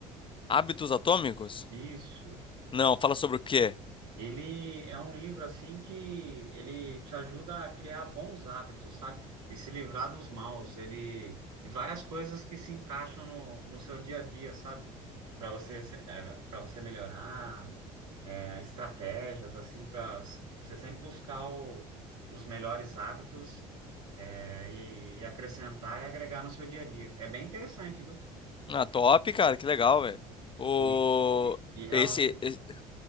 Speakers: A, on the left; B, on the right.
A: Hábitos Atômicos?
B: Isso.
A: Não, fala sobre o quê?
B: Ele é um livro assim que ele te ajuda a criar bons hábitos, sabe? E se livrar dos maus. Ele e várias coisas que se encaixam no, no seu dia a dia, sabe? Para você para você melhorar, é, estratégias assim para você sempre buscar o- os melhores hábitos é, e, e acrescentar e agregar no seu dia a dia. É bem interessante, viu?
A: Na top, cara, que legal, velho. O...
B: E, e, e é
A: Esse,
B: um livro,
A: esse-